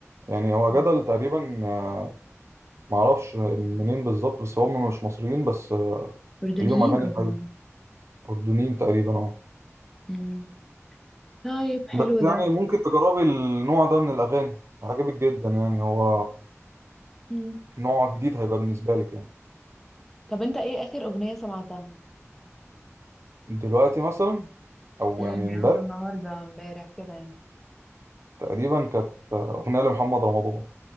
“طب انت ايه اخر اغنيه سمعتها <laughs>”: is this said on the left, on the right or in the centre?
Centre